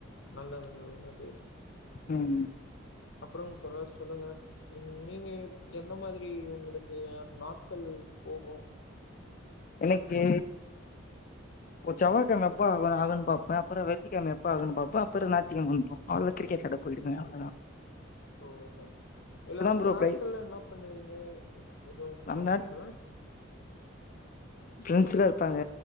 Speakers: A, on the left (about 65°); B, on the left (about 40°).
A: நல்லதன் நல்லதன் தே
B: உம்
A: அப்பறம் தோழர் சொல்லுங்க நீங்க எந்த மாதிரி உங்களுக்கு நாட்கள் போகும்
B: எனக்கி ஒரு செவ்வாக்கிழமை எப்ப ஆக ஆகணும் பார்பேன் அப்புறம் வெள்ளிக்கிழமை எப்ப பாக்கணு பாப் அப்ப பாத்துரு நாத்தியகிழம வந்துரு அவ்ளோ கிரிக்ஆட போய்டுவ அவ்வளதான்
A: ஓ ஓ இல்ல அந்த
B: ப்ரோ
A: நாட்கள்ல
B: பிரை
A: என்ன பண்ணுவீங்க எதுவும் பண்ண
B: அந்த
A: மாட்டீங்களா
B: ப்ரெண்ட்ஸ்லாம் இருப்பாங்க